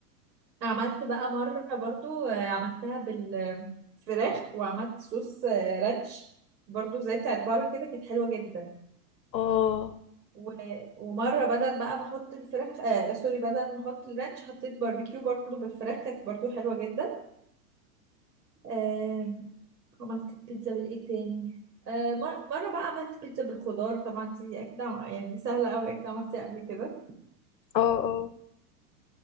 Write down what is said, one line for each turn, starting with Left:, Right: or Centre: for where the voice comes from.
Right: عملت بقى مره برضو آه، عملتها بالفراخ وعملت صوص آه، رانش برضو زي بتاعت بره كده كانت حلوه جدا
Left: اه
Right: و... ومره بدل بقى ما احط الفراخ آه سوري بدل ما احط الرانش حطيت باربيكيو برضو بالفراخ كانت برضو حلوه جدا آم، عملت بيتزا بالايه تاني آه، مر- مرة بقى عملت بيتزا بالخضار طبعا دي أكيد عم- يعني سهلة أوي أكيد عملتها قبل كده
Left: اه اه